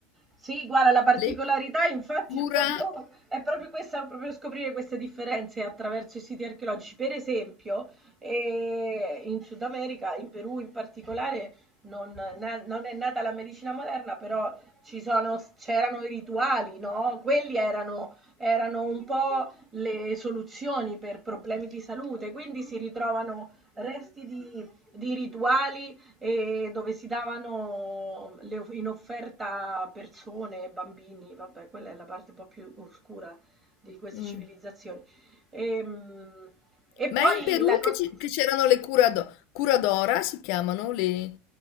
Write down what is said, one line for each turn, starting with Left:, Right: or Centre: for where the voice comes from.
Right: Sì, guarda, la particolarità
Left: Le
Right: infatti
Left: cura...
Right: è proprio, è proprio questa, proprio scoprire queste differenze attraverso i siti archeologici. Per esempio, eh, in Sud America, in Perù in particolare, non, na- non è nata la medicina moderna, però ci sono- c'erano i rituali, no? Quelli erano, erano un po' le soluzioni per problemi di salute, quindi si ritrovano resti di di rituali e dove si davano le- in offerta persone, bambini, vabbè, quella è la parte un po' più oscura di queste
Left: Mm.
Right: civilizzazioni. Ehm, E, poi
Left: Ma è in Perù
Right: la cosa...
Left: che ci- che c'erano le curado- curadora, si chiamano le...